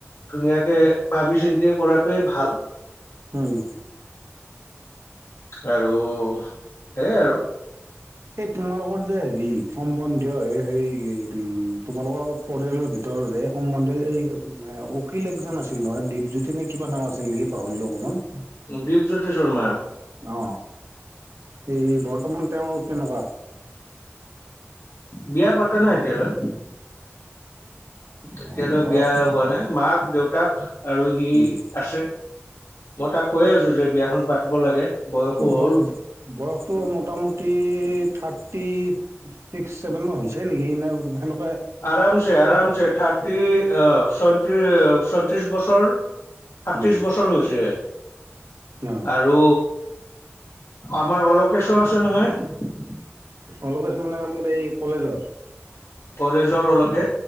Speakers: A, on the left; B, on the right.
A: ধুনীয়াকে ভাবি চিন্তি কৰাটোৱে ভাল।
B: হুম।
A: আৰু সেইয়াই আৰু।
B: এই তোমালোকৰ যে হেৰি সম্বন্ধীয় এই সেই উম তোমালোকৰ পৰিয়ালৰ ভিতৰৰে সম্বন্ধে এই অখিল একজন আছিল নহয়। দীপজ্যোতি নে কিবা নাম আছিল নেকি? পাহৰিলো অকমান।
A: দীপজ্যোতি চৰ্মা।
B: অ এই বৰ্তমান তেওঁ কেনেকুৱা?
A: বিয়া পাতা নাই এতিয়ালৈ। এতিয়ালৈ
B: অ বয়স
A: বিয়া হোৱা নাই। মাক, দেউতাক আৰু সি
B: উম
A: আছে। মই তাক কৈয়ে আছো যে বিয়াখন পাতিব লাগে। বয়সো
B: এ
A: হ'ল
B: বয়স, বয়সটো মোটামুটি টি থাৰ্টি ছিক্স, চেভেন মান হৈছে নেকি না সেনে
A: আৰামছে, আৰামছে। থাৰ্টি অ ছয়ত্ৰিশ, ছয়ত্ৰিশ বছৰ, সাতত্ৰিশ
B: উম
A: বছৰ হৈছে।
B: অ
A: আৰু আমাৰ অলোকেচো আছে নহয়।
B: অলকেচ মানে আমাৰ এই কলেজৰ?
A: কলেজৰ অল